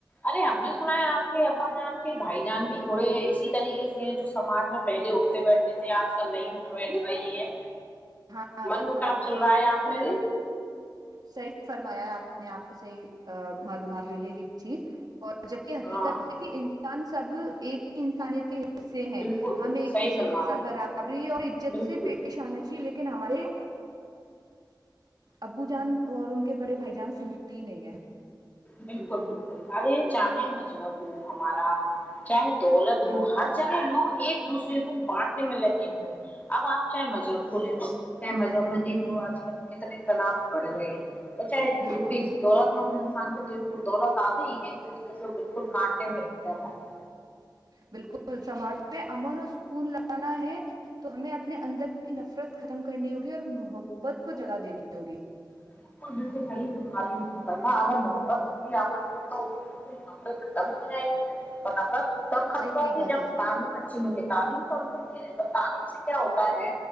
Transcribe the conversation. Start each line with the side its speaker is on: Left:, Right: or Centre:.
Left: ارے ہم نے سنا ہے آپ ابا جان کے بھائی جان بھی تھوڑے اسی طریقے سے ہیں جو سمج میں پہلے اٹھتے بیٹھتے تھے آج کل نہیں اٹھ بیٹ رہی ہیں
Right: ہاںاں
Left: من
Right: بالکل
Left: مٹاپ
Right: آپ
Left: چل
Right: نے
Left: رہا ہے آپ نے
Right: صحی فرمایا آپ اپنے آپ کو صحیح معلومات ہوئی ہے یہ چیز اور اور جبک حقیقت
Left: ہاں
Right: ہے کہ انسان سب ایک انسانیت کے ے ہیں
Left: بالکل
Right: ہم
Left: بالکل
Right: ایک
Left: صحیح
Right: دوسرے
Left: فرما
Right: کے ساتھ
Left: رہے ہیں
Right: برابری اور عزت
Left: بالکل
Right: سے پیش
Left: بالکل
Right: آنا ج لیکن ہمارے ابو جان اور ان کے بڑے بھائی جان سنتے ہی نہیں ہیں
Left: بالکل بالکل ارے چاہیں مجہب وہ ہم ہمارا چاہ دولت
Right: ہاں
Left: ہ ہر لوگ ایک دوسرے کو بانٹنے میں لگے ہوئے <inaudible> اب آپ چاہے مذہب کھولے لو چاہ مذہب میں دیکھ لو آج کل کتنے تنا بڑ رہے ہیں اور چاہےسی
Right: بالکل
Left: دولت مند انسان کو دیکھ لو دولت آتے ہی <unintelligible> بالکل ک <inaudible> نہیں مل تھاا <inaudible>
Right: بالکل سماج میں امن اور سکون ل <unintelligible> ہے تو ہمیں اپنے اندر کی نفرت ختم کرنی ہوگی اور محبت کو جگہ دینی ہوگی <unintelligible>
Left: بالکل بالکل صحیح ہم والی محکرمہ اگر محبت ہوگی آپس میں <unintelligible> اوک <inaudible> نوکری کمی ہو ج <inaudible> بناابر <inaudible> تب ختم
Right: صحیح
Left: ہوگی
Right: بات
Left: جب
Right: ہے
Left: پالی م <unintelligible> اچ مل تعلیم تو ہم لوگ دے رہے ہیں تو تعلیم سے کیا ہوتا ہے